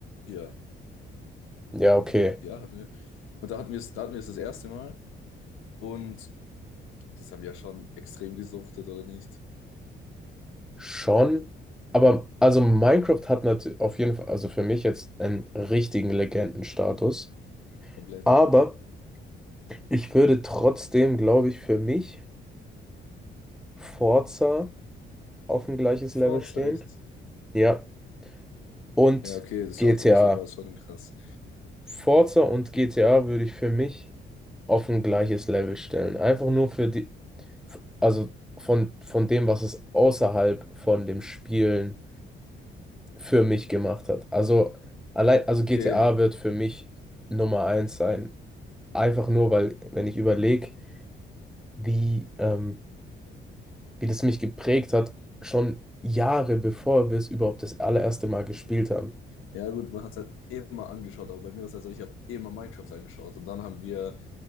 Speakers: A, on the left; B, in the centre.
A: Ja,
B: Ja, okay,
A: ja, hatten wir. Und da hatten wir es, da hatten wir es das erste Mal. Und das haben wir ja schon extrem gesuchtet, oder nicht?
B: schon. Aber also Minecraft hat natürlich auf jeden Fall, also für mich jetzt einen richtigen Legendenstatus.
A: Komplett.
B: Aber ich würde trotzdem, glaube ich, für mich Forza auf ein gleiches Level
A: Forza,
B: stehen.
A: echt?
B: Ja. Und
A: Ja, okay, das
B: GTA.
A: war auf der Xbox war es schon krass.
B: Forza und GTA würde ich für mich auf ein gleiches Level stellen. Einfach nur für die, also von, von dem, was es außerhalb von dem Spielen für mich gemacht hat. Also allein, also GTA
A: Okay,
B: wird für mich Nummer eins sein. Einfach nur, weil, wenn ich überlege, wie, ähm, wie das mich geprägt hat, schon Jahre bevor wir es überhaupt das allererste Mal gespielt haben.
A: ja gut, man hat es halt immer angeschaut, aber bei mir war es halt so, ich habe immer Minecraft angeschaut. Und dann haben wir,